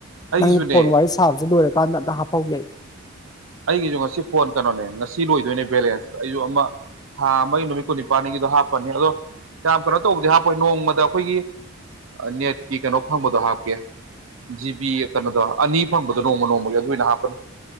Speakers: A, on the right; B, on the left.
A: ꯑꯩꯒꯤꯁꯨꯅꯦ
B: ꯅꯪꯒꯤ ꯐꯣꯟ ꯋꯥꯔꯤ ꯁꯥꯕꯕꯁꯤꯦ ꯂꯣꯏꯔꯀꯥꯟꯗ ꯑꯝꯇꯗꯥ ꯍꯥꯞꯍꯧꯒꯦ ꯑꯩ
A: ꯑꯩꯒꯤꯁꯨ ꯉꯁꯤ ꯐꯣꯟ ꯀꯩꯅꯣꯅꯦ ꯉꯁꯤ ꯂꯣꯏꯗꯣꯏꯅꯦ ꯕꯦꯂꯦꯟꯁ ꯑꯩꯁꯨ ꯑꯃ ꯊꯥ ꯑꯃꯒꯤ ꯅꯨꯃꯤꯠ ꯀꯨꯟꯅꯤꯄꯥꯜꯅꯤꯒꯤꯗꯣ ꯍꯥꯞꯄꯅꯤ ꯑꯗꯣ ꯌꯥꯝꯌꯥꯝ ꯀꯩꯅꯣ ꯇꯧꯕꯗꯤ ꯍꯥꯞꯄꯣꯏ ꯅꯣꯡꯃꯗ ꯑꯩꯈꯣꯏꯒꯤ ꯅꯦꯠꯀꯤ ꯀꯩꯅꯣ ꯐꯪꯕꯗꯣ ꯍꯥꯞꯀꯦ ꯖꯤꯕꯤ ꯀꯩꯅꯣꯗꯣ ꯑꯅꯤ ꯐꯪꯕꯗꯣ ꯅꯣꯡꯃ ꯅꯣꯡꯃꯒꯤ ꯑꯗꯨ ꯑꯣꯏꯅ ꯍꯥꯞꯄꯅꯤ